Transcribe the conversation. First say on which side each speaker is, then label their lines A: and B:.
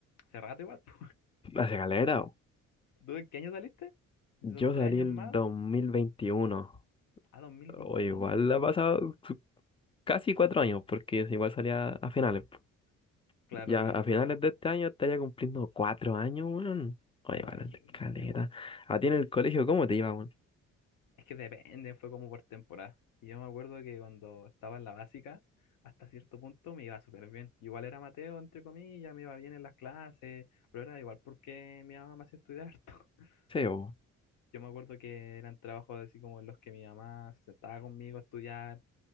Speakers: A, on the left; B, on the left.
A: Hace rato igual. <laughs> po.
B: hace galera,
A: ¿Tú en qué año saliste? Si
B: Yo
A: Son 3
B: salí
A: años
B: el
A: más
B: 2021,
A: a dos mil
B: o
A: veintiuno
B: igual ha pasado su- casi cuatro años, porque es igual salía a finales. po.
A: Claro,
B: Ya
A: claro,
B: a finales
A: claro.
B: de este año estaría cumpliendo cuatro años, weón. Oye,
A: Imagínate,
B: vale, la escalera.
A: po.
B: ¿A ti en el colegio cómo te iba, weón?
A: Es que depende, fue como por temporada. Y yo me acuerdo que cuando estaba en la básica, hasta cierto punto me iba súper bien. Igual era Mateo, entre comillas, me iba bien en las clases, pero era igual porque mi mamá me hacía estudiar harto.
B: Sí, bo.
A: <laughs> Yo me acuerdo que eran trabajos así como en los que mi mamá se sentaba conmigo a estudiar,